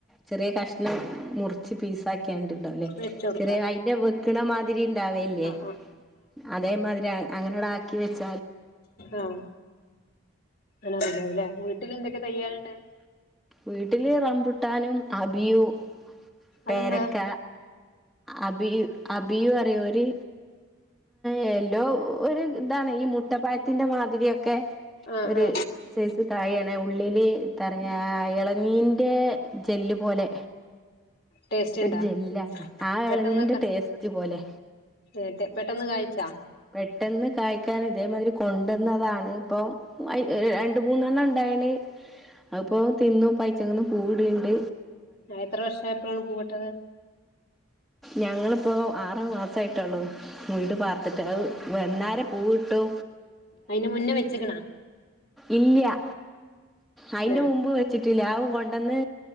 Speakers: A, in the centre; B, on the left.
A: ചെറിയ കാഷ് മുറിച്ച് പീസാക്കണ്ടണ്ടാവുംല്ലേ
B: വെച്ച് കൊടുക്ക
A: ചെറിയ അയിന്റെ വെക്കണ മാതിരി ഇണ്ടാവെല്ലേ
B: ആ ആ
A: അതേമാതിരി അങ്ങനടാക്കി വെച്ച്
B: ആഹ് അതെല്ലെ വീട്ടില് എന്തെക്കെ തെയ്യ്ണ്ട്
A: വീട്ടില് റമ്പൂട്ടാനും അബിയൂ
B: അതെന്താ
A: പേരക്ക അബിയു അബിയു പറയും ഒര് യെല്ലോ ഒരു ഇതാണ് ഈ മുട്ടപ്പായത്തിന്റെ മാതിരിക്കെ
B: ആ
A: ഒരു
B: ആ
A: സൈസ് കായാണ് ഉള്ളില് റഞ്ഞാ എളനീൻ്റെ തെല്ലു പോലെ
B: ടേസ്റ്റ് ഇണ്ടാ
A: ഒരു ജെല്ലാണ് ആ
B: പെട്ടെന്ന്
A: ഇളഞ്ഞീന്റെ
B: ക
A: ടേസ്റ്റ് പോലെ
B: ഏഹ് പെട്ടെന്ന് കായ്ച്ചാ
A: പെട്ടെന്ന് കായ് ഇതേ മാതിരി കൊണ്ടന്നതാണ് പ്പോ രണ്ടു മൂന്നെണ്ണം ഇണ്ടായിനി അതിപ്പോ തിന്നു പയിച്ച പൂവിടിണിണ്ട്
B: എത്ര വർഷായപ്പോഴാണ് പൂവിട്ടത്
A: ഞങ്ങളിപ്പോ ആറ് മാസായിട്ടുള്ളൂ വീട് പാർത്തിട്ട് അത് വന്നാരം പൂവിട്ടു
B: അതിന് മുന്നേ വെച്ചക്കണാ
A: ഇല്ല്യാ അതിന്റെ
B: ന്നെ
A: മുമ്പ് വെച്ചിട്ട് <unintelligible> കൊണ്ടന്ന്